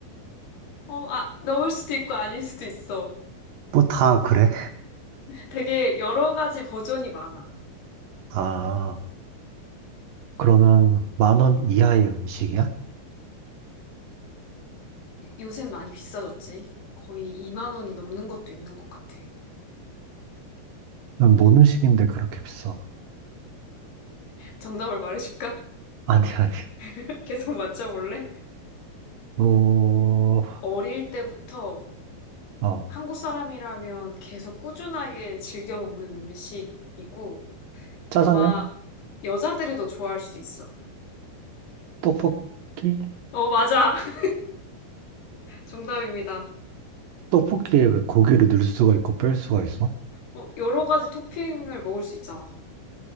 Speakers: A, on the left; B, on the right.
A: 어, 아, 넣을 수도 있고, 아닐 수도 있어.
B: 뭐 다 그래?
A: 되게 여러 가지 버전이 많아.
B: 아, 그러면, 만원 이하의 음식이야?
A: 요새 많이 비싸졌지? 거의 2만 원이 넘는 것도 있는 것 같아.
B: 그럼 뭔 음식인데 그렇게 비싸?
A: 정답을 말해줄까?
B: 아니, 아니.
A: <laughs> 계속 맞춰볼래?
B: 어,
A: 어릴 때부터
B: 어,
A: 한국 사람이라면 계속 꾸준하게 즐겨 먹는 음식이고
B: 짜장면?
A: 아마 여자들이 더 좋아할 수도 있어.
B: 떡볶이?
A: 어, 맞아. <laughs> 정답입니다.
B: 떡볶이에 왜 고기를 넣을 수가 있고 뺄 수가 있어?
A: 어, 여러 가지 토핑을 먹을 수 있잖아.